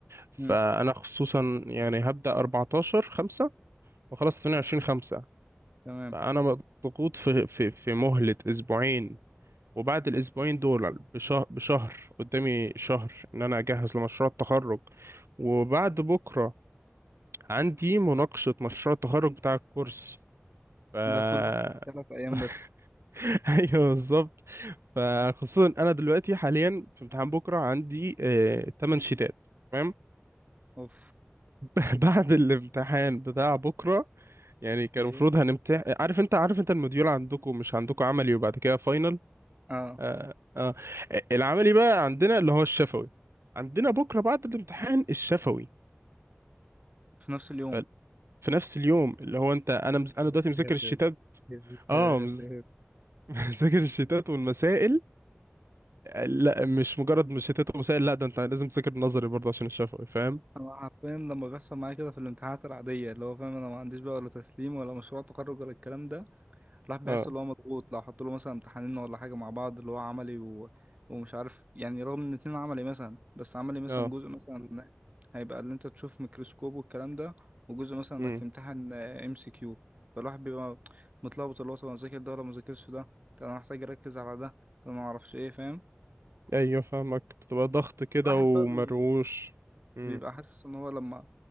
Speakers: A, on the right (about 75°); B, on the right (about 35°).
A: فانا
B: مم.
A: خصوصا يعني هبدأ 14 5 وخلاص 22 5
B: تمام
A: فانا مضغوط في في في مهلة اسبوعين وبعد الاسبوعين دول بشهر بشهر قدامي شهر ان انا اجهز لمشروع التخرج وبعد بكرة عندي مناقشة مشروع التخرج بتاع الكورس ف <laughs>
B: ده كله في ثلاث أيام بس
A: <laughs> ايوه بالظبط فخصوصا انا دلوقتي حاليا في امتحان بكره عندي آه 8 شيتات تمام
B: أوف
A: <laughs> بعد الامتحان بتاع بكره يعني كان
B: إيه
A: المفروض هنمتحن عارف انت عارف انت الموديول عندكم مش عندكم عملي وبعد كده فاينل
B: آه
A: آه آه. العملي بقى عندنا اللي هو الشفوي عندنا بكره بعد الامتحان الشفوي
B: في نفس اليوم
A: ف- في نفس اليوم اللي هو انت انا مز... انا
B: يا
A: دلوقتي مذاكر
B: ساتر
A: الشتات
B: يا ساتر
A: اه مز... <laughs> مذاكر الشتات والمسائل لا مش مجرد مشيتات وسائل لا ده انت لازم تذاكر نظري برضه عشان الشفوي فاهم
B: أنا حرفيا لما بيحصل معايا كده في الامتحانات العادية اللي هو فاهم أنا ما عنديش بقى ولا تسليم ولا مشروع تخرج ولا الكلام ده الواحد بيحس
A: اه
B: اللي هو مضغوط لو حط له مثلا امتحانين ولا حاجة مع بعض اللي هو عملي و... ومش عارف يعني رغم ان اتنين عملي مثلا بس عملي مثلا
A: اه
B: جزء مثلا هيبقى اللي انت تشوف ميكروسكوب والكلام ده وجزء مثلا انك
A: امم
B: تمتحن ام سي كيو فالواحد بيبقى متلخبط اللي هو طب انا اذاكر ده ولا ما اذاكرش ده طب انا محتاج اركز على ده طب انا ما اعرفش ايه فاهم
A: ايوه فاهمك بتبقى ضغط كده
B: الواحد
A: ومروش
B: بقى بي...
A: امم
B: بيبقى حاسس ان هو لما